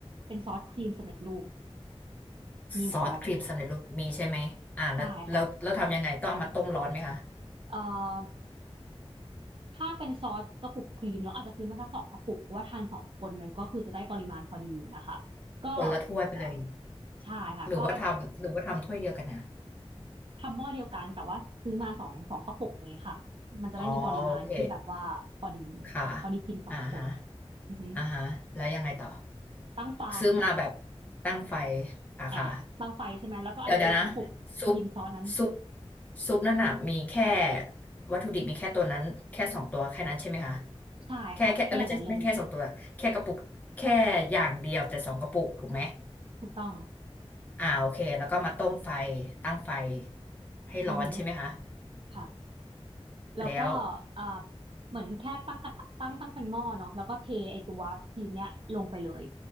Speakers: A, on the right; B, on the left.
A: เป็นซอสครีมสำเร็จรูปมีเหมือนกัน
B: ซอสครีมสำเร็จรูปมีใช่ไหมอ่าแล้วแล้วแล้วทำยังไงต้องเอามาต้มร้อนไหมคะ
A: ใช่ค่ะเอ่อ ถ้าเป็นซอสกระปุกครีมเราอาจจะซื้อมาสักสองกระปุกเพราะว่าทานสองคนมันก็คือจะได้ปริมาณพอดีนะคะก็
B: คนละถ้วยไปเลย
A: เอ่อใช่ค่ะก็
B: หรือว่าทำหรือว่าทำถ้วยเดียวกันนะ
A: ทำหม้อเดียวกันแต่ว่าซื้อมาสองสองกระปุกนี้ค่ะมันจะได้มีปริมาณที่แบบว่าพอดี
B: อ๋อโอเคค่ะ
A: พอดีกินสองคน
B: อ่าฮะ
A: อือฮึ
B: อ่าฮะแล้วยังไงต่อ
A: ตั้งไฟ
B: ซื้อมาแบบตั้งไฟอ่ะค่ะ
A: อ่าตั้งไฟใช่ไหมแล้วก็ไอตัวกระปุกครีมซอสนั้น
B: เดี๋ยวเดี๋ยวนะซุปซุปซุปนั่นน่ะมีแค่วัตถุดิบมีแค่ตัวนั้นแค่สองตัวแค่นั้นใช่ไหมคะ
A: ใช่ค่ะแค่อย่างนั้นเลย
B: แค่แค่เออไม่ใช่ไม่แค่สองตัวแค่กระปุกแค่อย่างเดียวแต่สองกระปุกถูกไหม
A: ถูกต้อง
B: อ่าโอเคแล้วก็มาต้มไฟตั้งไฟให้ร้อนใช่ไหมคะ
A: อือฮึค่ะ แล้วก็เอ่อ
B: แล้ว
A: เหมือนแค่ตั้งกระทะตั้งตั้งเป็นหม้อเนาะแล้วก็เทไอตัวครีมเนี้ยลงไปเลย